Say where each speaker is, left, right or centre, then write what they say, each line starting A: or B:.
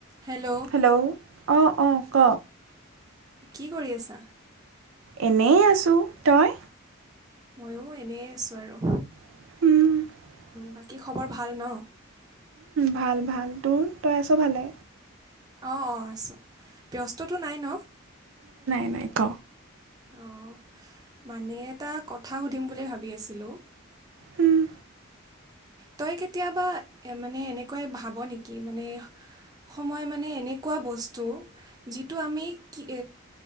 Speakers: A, on the right (about 20°); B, on the right (about 70°).
A: Hello
B: hello অঁ' অঁ' ক
A: কি কৰি আছা?
B: এনেই আছো তই?
A: মইয়ো এনেই আছো আৰু।
B: <unintelligible>
A: বাকী খবৰ ভাল ন?
B: ভাল ভাল তোৰ তই আছ ভালে?
A: অ' অ' আছো ব্যস্ততটো নাই ন?
B: এ ক
A: অঁ' মানে এটা কথা সুধিম বুলি ভাবি আছিলোঁ।
B: উম'
A: তই কেতিয়াবা মানে এনেকৈ ভাব নেকি মানে সময় মানে এনেকুৱা বস্তু যিটো আমি কি